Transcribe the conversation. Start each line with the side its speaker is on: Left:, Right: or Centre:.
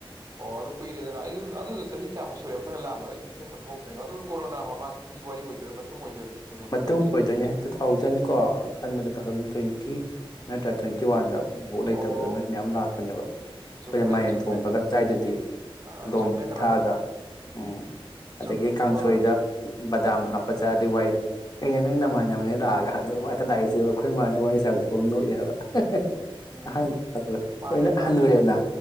Right: ꯑꯣ ꯑꯗꯨ ꯀꯨꯏꯔꯦꯗꯅ ꯑꯩ ꯑꯗꯨꯗ ꯆꯍꯤ ꯀꯌꯥꯃꯨꯛ ꯁꯨꯔꯦ ꯑꯩꯈꯣꯏꯅ ꯂꯥꯝꯕꯗ ꯑꯩ ꯅꯤꯡꯁꯤꯡꯕ ꯊꯣꯛꯇ꯭ꯔꯤꯕ ꯑꯗꯨ ꯀꯣꯔꯣꯅꯥ ꯃꯃꯥꯡꯒꯤ ꯋꯥꯔꯤ ꯑꯣꯏꯗꯣꯏꯔꯥ ꯃꯇꯨꯡ ꯑꯣꯏꯗꯣꯏꯔꯥ ꯇꯨ ꯊꯥꯎꯖꯟ
Left: ꯃꯇꯨꯡ
Right: ꯅꯥꯏꯟꯇꯤꯟꯒꯤ
Left: ꯑꯣꯏꯗꯣꯏꯅꯦ ꯇꯨ ꯊꯥꯎꯖꯟ ꯀꯣ ꯈꯟꯕꯗ ꯇꯨ ꯊꯥꯎꯖꯟ ꯇ꯭ꯋꯦꯟꯇꯤ ꯅꯠꯇ꯭ꯔ ꯇ꯭ꯋꯦꯟꯇꯤ ꯋꯥꯟꯗ ꯑꯩꯈꯣꯏ ꯕꯨꯕꯣꯛ ꯂꯩꯇꯕꯗ
Right: ꯑꯣ
Left: ꯅꯣꯏ ꯃꯌꯥꯝ ꯂꯥꯛꯄꯅꯦꯕ ꯑꯩꯈꯣꯏꯗ
Right: ꯆꯨꯝꯃꯦ
Left: ꯃꯥꯏꯔꯦꯟ
Right: ꯆꯨꯝꯃꯦ
Left: ꯊꯣꯡꯕꯒ ꯆꯥꯏꯗꯨꯗꯤ
Right: ꯑ
Left: ꯀꯂꯣꯝ
Right: ꯆꯨꯝꯃꯦ ꯀꯩꯅꯣ
Left: ꯊꯥꯛꯑꯒ
Right: ꯇꯧ
Left: ꯎꯝ ꯑꯗꯒꯤ
Right: ꯆꯨꯝꯃꯦ
Left: ꯀꯥꯡꯁꯣꯏꯗ
Right: ꯀꯣꯔ
Left: ꯗꯥꯝ ꯍꯥꯞꯄ ꯆꯥꯗꯦ ꯋꯥꯔꯤꯗ ꯑꯩꯅ ꯅꯪ ꯅꯃꯥꯟꯅꯕꯅꯦ ꯂꯥꯛꯑꯒ ꯍꯅꯨꯕ ꯉꯥꯛꯇ ꯂꯥꯛꯏꯁꯦ ꯑꯩꯈꯣꯏ ꯃꯥꯅ ꯋꯥꯔꯤ ꯁꯥꯁꯨ ꯍꯧꯖꯤꯛꯐꯥꯎ ꯅꯣꯛꯏ ꯍꯥꯏꯕ ꯍꯦ ꯍꯦ ꯍꯦ
Right: ꯎꯝ
Left: ꯑꯍꯟꯕꯗꯣ
Right: ꯃꯥꯅꯦ
Left: ꯂꯣꯏꯅ
Right: ꯃꯥꯅꯦ
Left: ꯍꯟꯅꯨꯔꯦꯗꯅ
Right: ꯑꯩꯈꯣꯏꯒꯤ